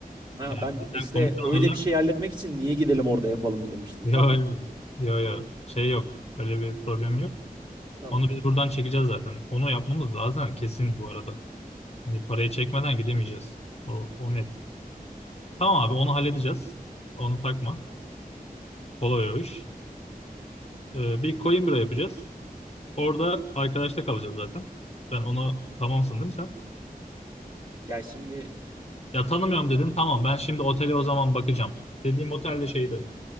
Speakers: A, on the right; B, on the left.
A: Ha
B: Yani
A: ben
B: bizden
A: işte
B: komisyon
A: öyle
B: alırlar.
A: bir şey halletmek için niye gidelim orada yapalım demiştim.
B: Yo,
A: Tamam.
B: yo, yo. Şey yok. Öyle bir problem yok.
A: Tamam.
B: Onu biz buradan çekeceğiz zaten. Onu yapmamız lazım kesin bu arada. Hani parayı çekmeden gidemeyeceğiz. O, o net. Tamam abi onu halledeceğiz. Onu takma. Kolay o iş. Ee, bir coin yapacağız. Orada arkadaşta kalacağız zaten. Ben ona tamamsın değil mi sen?
A: Ya şimdi
B: Ya tanımıyorum dedin. Tamam ben şimdi otele o zaman bakacağım. Dediğim otel de şeydi.